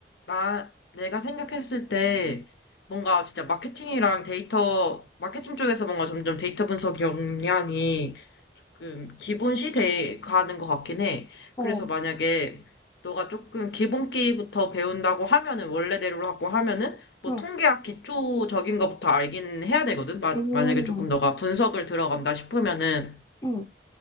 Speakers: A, on the left; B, on the left.
A: 나, 내가 생각했을 때 뭔가 진짜 마케팅이랑 데이터, 마케팅 쪽에서 뭔가 점점 데이터 분석 역량이 조금 기본시 돼 가는 것 같긴 해.
B: 어,
A: 그래서 만약에 너가 조금 기본기부터 배운다고 하면은, 원래대로 하고 하면은, 뭐
B: 응,
A: 통계학 기초적인 것부터 알긴 해야 되거든? 마,
B: 음,
A: 만약에 조금 너가 분석을 들어간다 싶으면은,
B: 응.